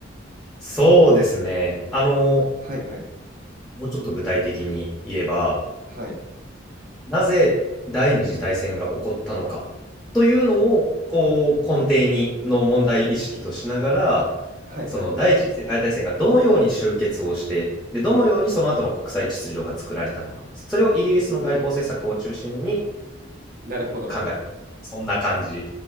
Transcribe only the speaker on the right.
はいはい、
はい、
はいはい。
なるほど。